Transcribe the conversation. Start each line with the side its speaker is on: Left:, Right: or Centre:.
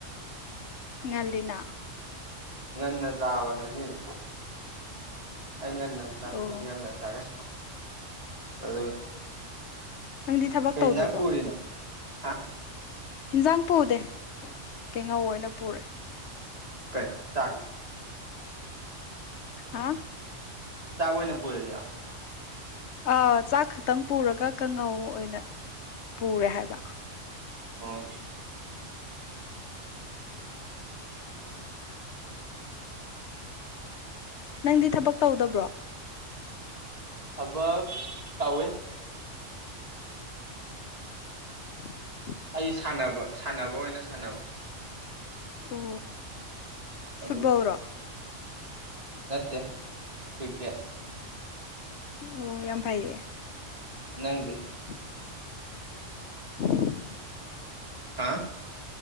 Left: ꯉꯜꯂꯤꯅ
Right: ꯉꯟꯅ ꯆꯥꯕꯉꯁꯤꯗꯤ ꯑꯩ ꯉꯟꯅ
Left: ꯑꯣ
Right: ꯉꯟꯅ ꯆꯥꯔꯦ ꯑꯗꯨꯒꯤ
Left: ꯅꯪꯗꯤ ꯊꯕꯛ
Right: ꯀꯩ
Left: ꯇꯧꯗꯕ꯭ꯔꯣ
Right: ꯏꯟꯖꯥꯡ ꯄꯨꯔꯤꯅꯣ ꯍꯥ
Left: ꯏꯟꯁꯥꯡ ꯄꯨꯗꯦ ꯀꯩꯉꯧ ꯑꯣꯏꯅ ꯄꯨꯔꯦ
Right: ꯀꯩ ꯆꯥꯛ
Left: ꯍꯥꯥ
Right: ꯆꯥꯛꯑꯣꯏꯅ ꯄꯨꯔꯤ ꯔꯣ
Left: ꯑꯥ ꯆꯥꯛ ꯈꯛꯇꯪ ꯄꯨꯔꯒ ꯀꯥꯡꯉꯧ ꯑꯣꯏꯅ ꯄꯨꯔꯦ ꯍꯥꯏꯕ
Right: ꯑꯣ
Left: ꯅꯪꯗꯤ ꯊꯕꯛ ꯇꯧꯗꯕ꯭ꯔꯣ
Right: ꯊꯕꯛ ꯇꯧꯋꯦ
Left: <inaudible>
Right: ꯑꯩ ꯁꯥꯟꯅꯕ ꯁꯥꯟꯅꯕ ꯑꯣꯏꯅ ꯁꯥꯟꯅꯕ
Left: ꯑꯣ ꯐꯨꯠꯕꯣꯜꯔꯣ
Right: ꯑꯗꯨ ꯅꯠꯇꯦ ꯀ꯭ꯔꯤꯀꯦꯠ
Left: ꯑꯣ ꯌꯥꯝ ꯐꯩꯌꯦ
Right: ꯅꯪꯗꯤ
Left: <inaudible>
Right: ꯍꯥ